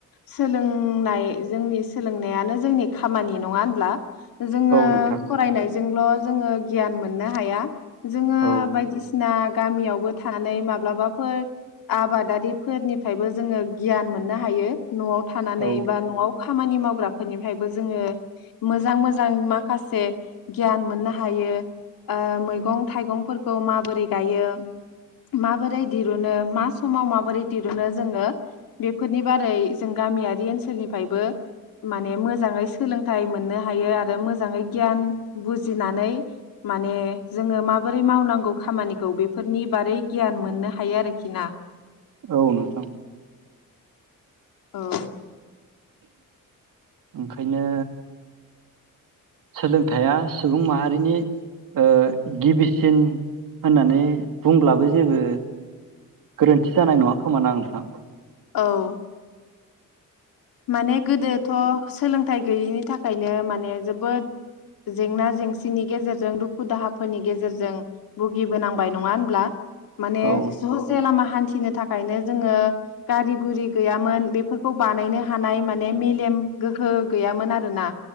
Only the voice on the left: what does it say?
सोलोंनाय जोंनि सोलोंनायानो जोंनि खामानि। नङा होनब्ला? जोङो
फरायनायजोंल' जोङो गियान मोननो हाया। जोङो
बायदिसिना गामियावबो थानानै माब्लाबाफोर आबादारि फोरनिफ्रायबो जोङो गियान मोननो हायो। न'आव थानानै
बा न'आव खामानि मावग्राफोरनिफ्रायबो जोङो मोजां मोजां माखासे गियान मोननो हायो ओ मैगं थाइगंफोर खौ माबोरै गायो? माबोरै दिरुनो मा समाव मा? माबोरै दिरुनो जोङो बेफोरनि बारै जों गामियारि ओनसोलनिफ्रायबो माने मोजाङै सोलोंथाइ मोननो हायो आरो मोजाङै गियान बुजिनानै माने जोङो माबोरै मावनांगौ खामानिखौ बेफोरनि बारै गियान मोननो हायो आरोखि ना।
उम
औ माने गोदोथ' सोलोंथाइ गैयैनि थाखायनो माने जोबोद जेंना जेंसिनि गेजेरजों दुखु दाहाफोरनि गेजेरजों भुगिबोनांबाय नङा होनब्ला? माने
ससे लामा हान्थि नो थाखायनो जोङो गारि गुरि गैयामोन बेफोरखौ बानायनो हानाय माने मेलेम गोहो गैयामोन आरोना